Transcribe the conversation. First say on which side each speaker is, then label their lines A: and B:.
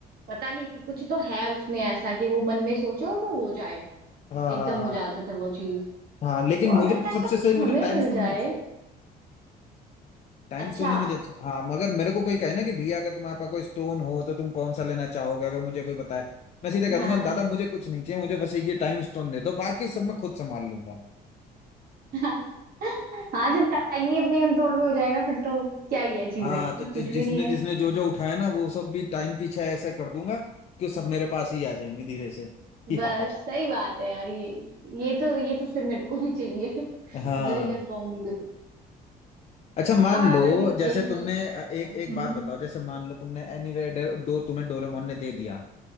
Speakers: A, on the right; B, on the left.
A: पता नहीं कुछ तो है उसमें ऐसा कि वो मन में सोचे और वो हो जाए
B: हाँ
A: एकदम
B: हाँ हाँ
A: हो जाता था वो चीज
B: हाँ
A: तो
B: लेकिन मुझे
A: अगर
B: तो
A: ऐसा
B: सबसे
A: कुछ
B: सही मुझे
A: हमें
B: टाइम
A: मिल
B: स्टोन
A: जाए
B: ही चाहिए टाइम
A: अच्छा
B: स्टोन ही मुझे अच्छा हाँ मगर मेरे को कोई कहे ना कि भैया अगर तुम्हारे पास कोई स्टोन हो तो तुम कौन सा लेना चाहोगे अगर मुझे कोई बताए मैं सीधे कह
A: हाँ
B: दूंगा दादा मुझे कुछ नहीं चाहिए मुझे बस एक ये टाइम स्टोन दे दो बाकी सब मैं खुद संभाल लूंगा
A: <laughs> हाँ जब टाइम ही अपने कंट्रोल में हो जाएगा फिर तो क्या ही है चीजें
B: हाँ तो जि,
A: कुछ
B: जिसने
A: भी नहीं है
B: जिसने जो जो उठाया ना वो सब भी टाइम पीछे ऐसा कर दूंगा कि सब मेरे पास ही आ जाएंगे धीरे से <laughs>
A: बस
B: हाँ
A: सही बात है यार ये ये तो ये तो फिर मेरे को भी चाहिए <laughs>
B: हाँ
A: मैं भी कर पाऊंगी कुछ
B: अच्छा मान
A: यार
B: लो
A: बस
B: जैसे
A: यही सोचते
B: तुमने अ,
A: रहते
B: एक
A: हूँ
B: एक
A: हम्म
B: बात बताओ जैसे मान लो तुमने एनीवेयर डोर तुम्हें डोरेमोन ने दे दिया